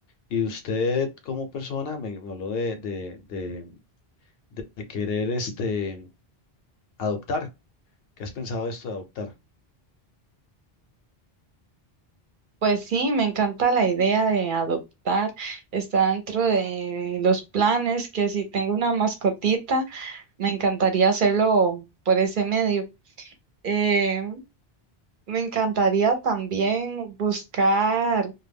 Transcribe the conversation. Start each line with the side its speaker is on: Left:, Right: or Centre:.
Left: y usted como persona me, me habló de, de, de, de- de querer este, adoptar. ¿Qué has pensado de esto de adoptar?
Right: Pues sí, me encanta la idea de adoptar. Está dentro de los planes que si tengo una mascotita, me encantaría hacerlo por ese medio. Eh, Me encantaría también buscar